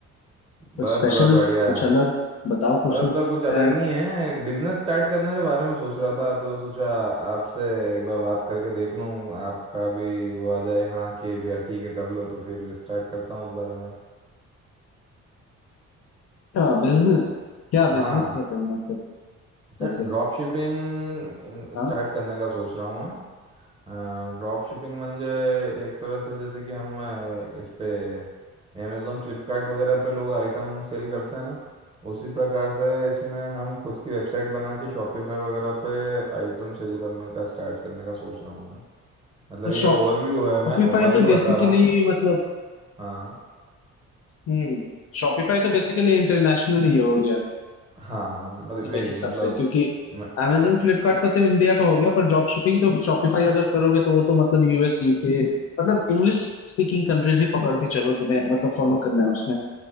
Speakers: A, on the left; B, on the right.
A: कुछ
B: बस
A: स्पेशल
B: सब बढ़िया
A: कुछ
B: है
A: अलग बताओ
B: बस
A: कुछ नया
B: सर कुछ अलग नहीं है बिजनेस स्टार्ट करने के बारे में सोच रहा था तो सोचा आपसे एक बार बात करके देख लूं आपका भी वो आ जाए हाँ कि भैया ठीक है कर लो तो फिर स्टार्ट करता हूँ उस बारे में
A: क्या बिजनेस क्या
B: हाँ
A: बिजनेस क्या करना है फिर
B: सर
A: वैसे
B: ड्रॉप शिपिंग स्टार्ट
A: हाँ
B: करने का सोच रहा हूँ मैं ड्रॉप शिपिंग म्हणजे एक तरह से जैसे कि हम अ, इस पे अमेजोन फ्लिपकार्ट वगैरह पे लोग आइटम सेल करते हैं ना उसी प्रकार से इसमें हम खुद की वेबसाइट बना के शॉपिफाई वगैरह पे आइटम सेल करने का स्टार्ट करने का सोच रहा हूँ मैं मतलब
A: तो
B: ये ओवरव्यू
A: शॉपिफाई
B: है मैं ओवरव्यू
A: तो
B: बता
A: बेसिकली
B: रहा हूँ
A: मतलब
B: हाँ
A: हम्म शॉपिफाई तो बेसिकली इंटरनेशनल ही हो गया
B: हाँ हाँ मतलब
A: मतलब
B: मैं
A: देखिए
B: ही मतलब
A: सबसे क्योंकि
B: मैं
A: Amazon फ्लिपकार्ट पर तो इंडिया का हो गया पर ड्रॉप शिपिंग तो शॉपिफाई अगर करोगे तो वो तो मतलब यूएस यूके मतलब इंग्लिश स्पीकिंग कंट्रीज ही पकड़ के चलो तुम्हें मतलब फॉलो करना है उसमें